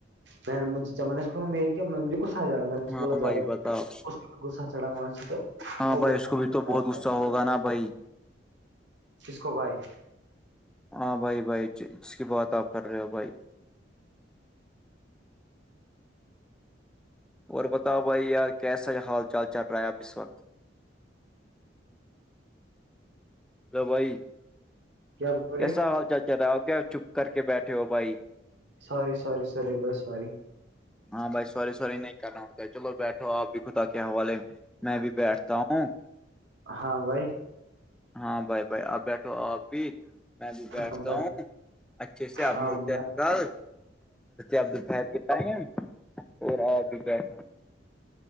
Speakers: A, on the right; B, in the centre.
A: میں نے نے اسولا میری کیا کو سار جانا میں نے اس
B: ہاں
A: بولا
B: بھائی
A: زیادہ اس
B: بتاؤ
A: کو بھی غصہ چڑھا وہاں سے تو <unintelligible>
B: ہاں بھائی اس کو بھی تو بہت غصہ ہوگا نا بھائی
A: کس کو باہی
B: ہاں بھائی بھائی جس کی بات آپ کر رہے ہو بھائی اور بتاؤ بھائی یار کیسا حال چال چل رہا ہے اب اس وقت ہلو بھائی
A: کیا بول
B: کیسا
A: رہے
B: حال چال چ رہا ہے آ کیا چپ کر کے بیٹھے ہو بھائی
A: سوری سور ساریی بس ساری
B: ہاں بھائی سوری سوری نہیں کرنا ہوتا ہے چلو بیٹھو آپ بھی خدا کے حوالے میں میں بھی بیٹھتا ہوں
A: ہاں بھائی
B: ہاں بھائی بھائی آپ بیٹھو اب بھی میں بھی بیٹھتا
A: ہاں بھائی
B: ہوں اچھے سے آپ
A: ہاں
B: ملتے
A: بھائی
B: ہیں اپد پھر ٹائم اور آپ بھی بیٹھ